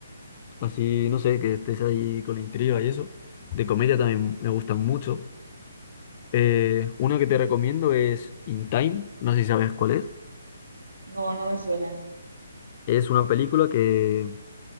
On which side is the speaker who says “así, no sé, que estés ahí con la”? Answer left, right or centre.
Left